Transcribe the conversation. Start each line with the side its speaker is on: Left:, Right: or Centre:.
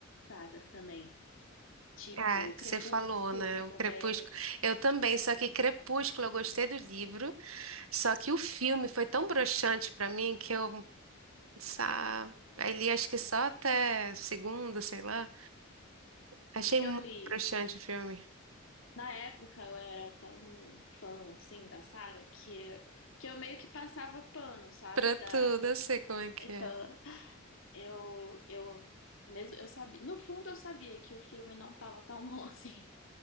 Left: sagas também, tipo
Right: É,
Left: Crepúsculo
Right: você falou, né? O
Left: também.
Right: Crepúsculo. Eu também, só que Crepúsculo eu gostei do livro, só que o filme foi tão broxante pra mim que eu sa- aí li acho que só até segunda, sei lá. Achei muito
Left: Eu li.
Right: broxante o filme.
Left: Na época, eu era tão fã, assim, da saga, que eu, que eu meio que passava pano, sabe?
Right: Pra
Left: Da,
Right: tudo, eu sei como é que
Left: então,
Right: é.
Left: Eu, eu mesmo eu sabia, no fundo eu sabia que o filme não estava tão bom <laughs> assim.